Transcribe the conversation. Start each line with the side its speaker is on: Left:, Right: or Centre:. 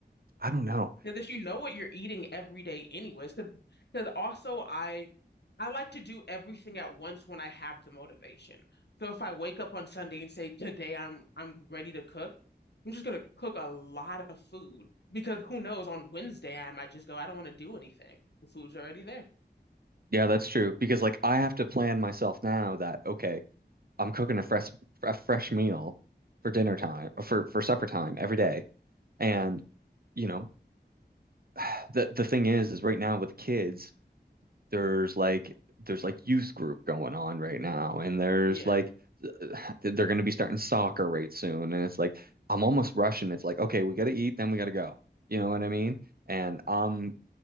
Right: I don't know.
Left: Because if you know what you're eating every day anyways, because because also I I like to do everything at once when I have the motivation. So if I wake up on Sunday and say, today I'm I'm ready to cook, I'm just gonna cook a lot of food because who knows, on Wednesday I might just go, I don't want to do anything. The food's already there.
Right: Yeah, that's true because like I have to plan myself now that okay, I'm cooking a fresh a fresh meal for dinner time for for supper time every day and you know <sighs> the the thing is is right now with kids there's like there's like youth group going on right now and there's
Left: Yeah,
Right: like <sighs> they're going to be starting soccer right soon and it's like I'm almost rushing it's like okay we got to eat then we got to go you know what I mean and I'm